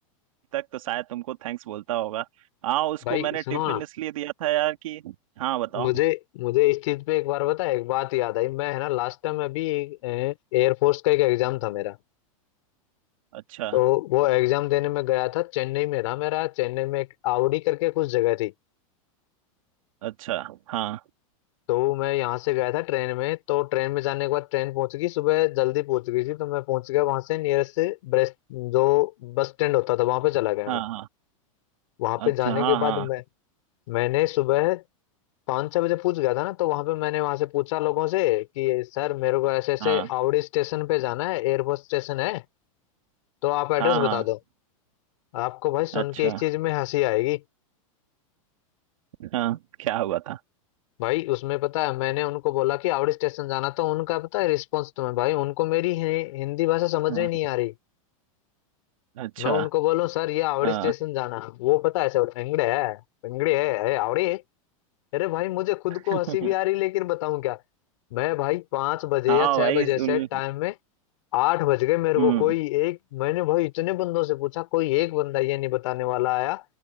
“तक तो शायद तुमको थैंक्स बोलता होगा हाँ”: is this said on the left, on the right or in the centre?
Right